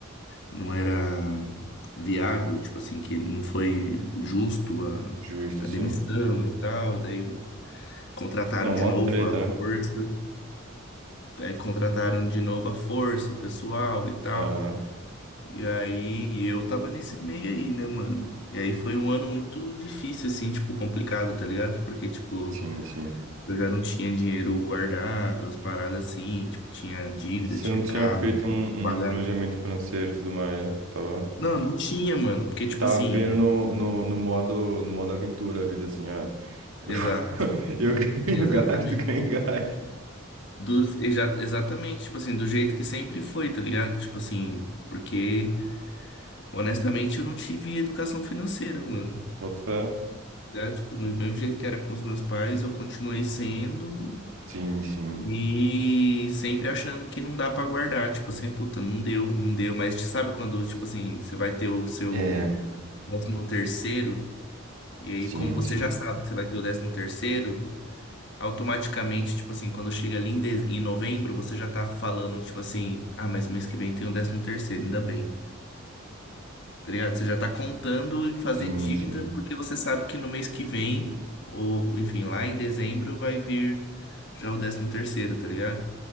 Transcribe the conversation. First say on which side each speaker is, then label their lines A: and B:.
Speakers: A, on the left; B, on the right.
A: não era viável, tipo assim, que não foi justo a,
B: Justo,
A: a
B: sim.
A: demissão e tal. Daí contrataram
B: Não,
A: de
B: mó
A: novo
B: treta,
A: a
B: né?
A: força, aí contrataram de novo a força, o pessoal e tal.
B: Aham.
A: E aí, e eu tava nesse meio aí, né, mano? E aí foi um ano muito difícil, assim, tipo, complicado, tá ligado? Porque, tipo,
B: Sim, sim.
A: eu já não tinha dinheiro guardado, as paradas assim, tipo, tinha dívida,
B: Você
A: tinha
B: não tinha
A: carro,
B: feito um,
A: tinha que pagar.
B: um planejamento financeiro e tudo mais, né? Tava.
A: Não, não tinha, mano, porque, tipo
B: Tava
A: assim,
B: vivendo no, no, no modo, no modo aventura a vida, assim, ah, eu,
A: exato.
B: vou- <laughs> eu ganho
A: Exatamente.
B: gasto, <laughs> ganho gasto.
A: Do, exa- exatamente, tipo assim, do jeito que sempre foi, tá ligado? Tipo assim, porque honestamente eu não tive educação financeira, mano.
B: Boto fé?
A: Já, tipo, do mesmo jeito que era com os meus pais, eu continuei sendo
B: Sim, sim.
A: e sempre achando que não dá pra guardar. Tipo assim, puta, não deu, não deu. Mas sabe quando, tipo assim, você vai ter o seu
B: É,
A: décimo terceiro, e aí,
B: sim,
A: como você
B: sim.
A: já sabe que você vai ter o décimo terceiro, automaticamente, tipo assim, quando chega ali em, de- em novembro, você já tá falando, tipo assim, ah, mas mês que vem tem o décimo terceiro, ainda bem. Tá ligado? Você já tá contando em fazer
B: Sim,
A: dívida,
B: sim.
A: porque você sabe que no mês que vem, ou enfim, lá em dezembro, vai vir já o décimo terceiro, tá ligado?